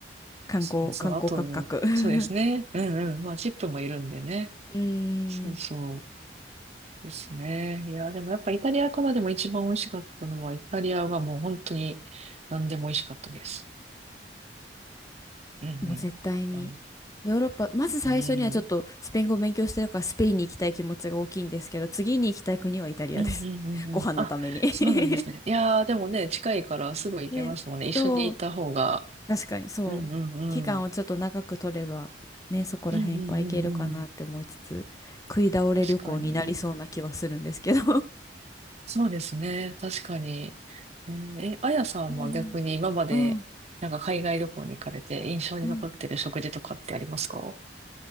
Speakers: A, on the left (about 20°); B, on the right (about 35°).
A: 観光、
B: そうそう、
A: 観光価格。
B: あと、
A: <laughs>
B: そうですね。うんうん。まあ、チップもいるんでね。
A: うー
B: そうそ
A: ん、
B: うですね。いや、でもやっぱイタリアからでも一番美味しかったのは、イタリアがもう本当に何でも美味しかったです。うんうん。
A: もう絶対に。
B: あの
A: ヨーロッパ、まず最初にはちょっとスペイン語を勉強してるからスペインに行きたい気持ちが大きいんですけど、
B: うん。
A: 次に行きたい国はイタリアです。
B: うんうんうんうん。
A: <laughs> ご飯のために
B: あ、
A: <laughs>
B: そうなんですね。いやー、でもね、近いからすぐ行けますもんね。
A: ね、
B: 一緒に行った方が。
A: そう、確かにそう。
B: うんうんうん。
A: 期間をちょっと長く取れば、
B: うん
A: ね、そこら辺いっぱい行けるかなって思いつつ、
B: うんうんうん。
A: 食い倒れ旅行になりそうな気はするんですけど
B: 確かに。そうですね。確かに。えー、えあやさんは逆に今まで、
A: <laughs> いいな。うん、
B: なんか海外旅行に行かれて印象に残ってる食事とかってありますか
A: うん。